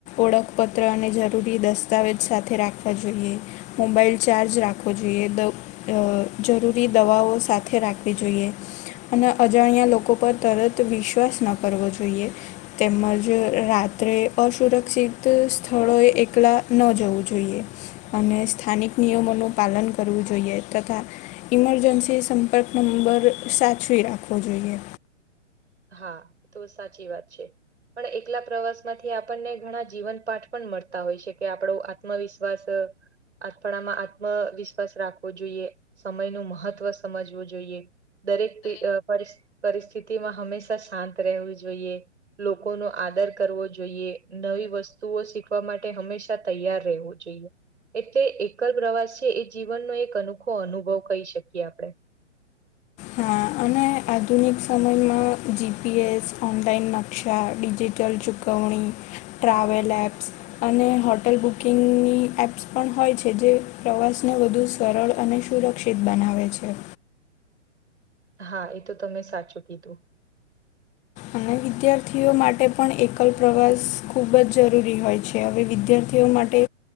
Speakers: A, on the left; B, on the right.
A: ઓળખપત્ર અને જરૂરી દસ્તાવેજ સાથે રાખવા જોઈએ. મોબાઇલ ચાર્જ રાખવો જોઈએ દ જરૂરી દવાઓ સાથે રાખવી જોઈએ. અને અજાણ્યા લોકો પર તરત વિશ્વાસ ન કરવો જોઈએ. તેમજ રાત્રે અસુરક્ષિત સ્થળોએ એકલા ન જવું જોઈએ. અને સ્થાનિક નિયમોનું પાલન કરવું જોઈએ તથા ઇમરજન્સી સંપર્ક નંબર સાચવી રાખવો જોઈએ.
B: હા એ તો સાચી વાત છે. પણ એકલા પ્રવાસમાંથી આપણને ઘણા જીવન પાઠ પણ મળતા હોય છે કે આપણો આત્મવિશ્વાસ આપણામાં આત્મવિશ્વાસ રાખવો જોઈએ. સમય નું મહત્ત્વ સમજવું જોઈએ દરેક પરિસ્થિ પરિસ્થિતિમાં હંમેશા શાંત રહેવું જોઈએ લોકો નો આદર કરવો જોઈએ નવી વસ્તુઓ શીખવા માટે હંમેશા તૈયાર રહેવું જો એટલે એકલ પ્રવાસ છે એ જીવનનો એક અનોખો અનુભવ કહી શકીએ આપણે
A: હા આધુનિક સમયમાં જીપીએસ ઓનલાઈન નકશા કોવણી ટ્રાવેલ એપ્સ અને હોટલ બુકિંગની એપ્સ પણ હોય છે પ્રવાસને વધુ સરળ સુરક્ષ શિકષિત બનાવે છે
B: હા એ તો તમે સાચું કીધું
A: અને વિદ્યાર્થીઓ માટે પણ એકલ પ્રવાસ ખૂબ જ જરૂરી હોય છે છે હવે વિદ્યાર્થીઓ માટે